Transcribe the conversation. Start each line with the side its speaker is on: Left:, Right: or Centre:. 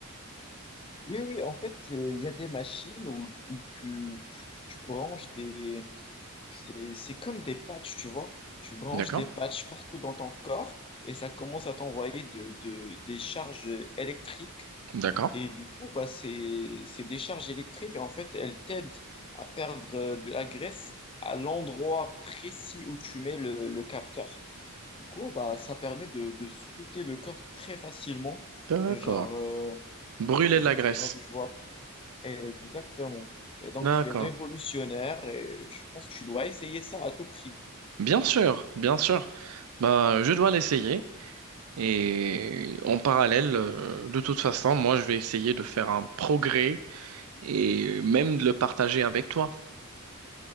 Left: Oui, oui, en fait, euh, il y a des machines où, où tu, tu, tu branches des C'est, c'est comme des patchs, tu vois. Tu branches
Right: D'accord,
Left: des patchs partout dans ton corps et ça commence à t'envoyer de, de- des charges électriques.
Right: d'accord,
Left: Et du coup, bah, c'est, c'est des charges électriques. En fait, elles t'aident à perdre euh, de la graisse à l'endroit précis où tu mets le, le capteur. Du coup, bah, ça permet de, de sculpter le corps très facilement.
Right: d'accord.
Left: Et genre, euh,
Right: Brûler
Left: et
Right: de
Left: genre,
Right: la graisse.
Left: je pense que je vois exactement. Et donc,
Right: D'accord.
Left: c'est révolutionnaire et je pense que tu dois essayer ça à tout prix.
Right: Bien sûr, bien sûr. Bah, je dois l'essayer. Et en parallèle, euh, de toute façon, moi, je vais essayer de faire un progrès et même de le partager avec toi.